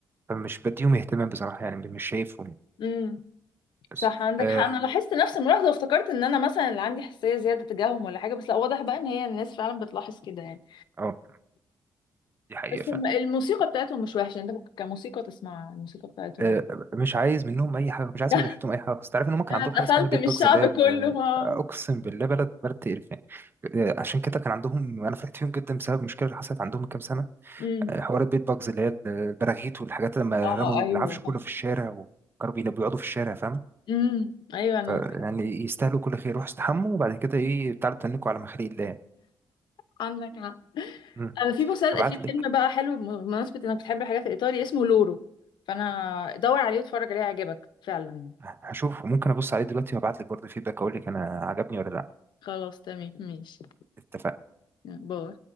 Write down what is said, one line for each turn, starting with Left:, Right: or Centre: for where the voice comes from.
Right: فمش بديهم اهتمام بصراحة يعني مش شايفهم يعني.
Left: امم
Right: بس
Left: صح عندك
Right: اه
Left: حق انا لاحظت نفس الملاحظه وافتكرت ان انا مثلا اللي عندي حساسيه زياده تجاههم ولا حاجه بس لا واضح بقى ان هي الناس فعلا بتلاحظ كده يعني
Right: آه. دي حقيقة
Left: بس
Right: فعلا
Left: الم- الموسيقى بتاعتهم مش وحشه انت ممكن كموسيقى تسمع الموسيقى بتاعتهم
Right: آه، مش عايز منهم أي حاجة
Left: <laughs>
Right: مش عايز من ريحتهم أي حاجة بس تعرف إن هم كان
Left: انا
Right: عندهم
Left: اتقفلت
Right: حاجة اسمها بيت
Left: من الشعب
Right: باجز اللي هي
Left: كله
Right: ال- آه،
Left: اه
Right: أقسم بالله بلد بلد تقرفان آه، عشان كده كان عندهم أنا فرحت فيهم جدا بسبب المشكلة اللي حصلت عندهم من كام سنة
Left: امم
Right: آه، حوار البيت باجز اللي هي البراغيث والحاجات لما
Left: اه
Right: رموا
Left: ايوه
Right: العفش
Left: صح
Right: كله في الشارع وكانوا بينا- بيقعدوا في الشارع فاهم
Left: امم ايوه انا
Right: ف- يعني يستاهلوا كل خير روحوا استحموا وبعد كده إيه تعالوا تنكوا على مخالق الله يعني
Left: عندك حق
Right: مم.
Left: انا في مسل...
Right: هبعت
Left: في فيلم
Right: لك
Left: بقى حلو بمناسبة انك بتحب الحاجات الايطالي اسمه لورو فانا دور عليه واتفرج عليه هيعجبك فعلا يعني
Right: هشوف وممكن أبص عليه دلوقتي وهبعت لك برضه فيدباك أقول لك أنا عجبني ولا لأ
Left: خلاص تمام ماشي
Right: اتفقنا
Left: باي